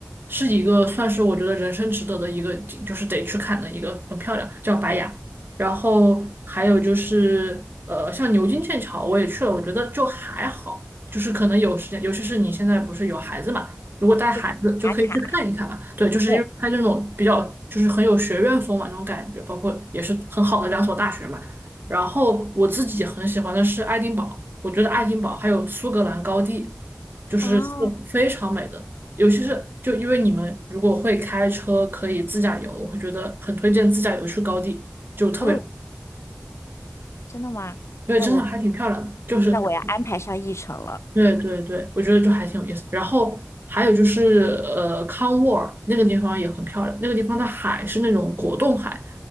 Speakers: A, on the right (about 50°); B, on the left (about 75°).
A: 是一个算是我觉得人生值得的一个景，就是得去看的一个，很漂亮，叫白崖。然后还有就是呃，像牛津、剑桥我也去了，我觉得就还好，就是可能有时间，尤其是你现在不是有孩子嘛。如果带孩子就可以去看一看嘛。
B: 就是打卡。
A: 对，就是因为它这种比较就是很有学院风嘛那种感觉，
B: 对。
A: 包括也是很好的两所大学嘛。然后我自己很喜欢的是爱丁堡，我觉得爱丁堡还有苏格兰高地，就是是非常美的。
B: 哦
A: 尤其是就因为你们如果会开车，可以自驾游，我会觉得很推荐自驾游去高地，就特别
B: 哦，真的吗？
A: 对，
B: 那我
A: 真的还挺漂亮的。就是
B: 那我要安排上议程了。
A: 对对对，我觉得就还挺有意思。然后还有就是，呃，康沃尔那个地方也很漂亮，那个地方的海是那种果冻海，